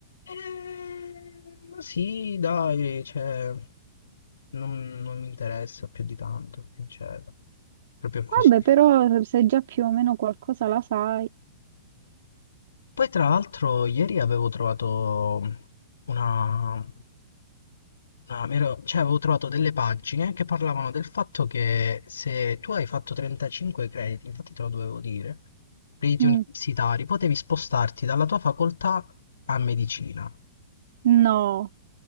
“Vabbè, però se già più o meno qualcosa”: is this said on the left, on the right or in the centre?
Right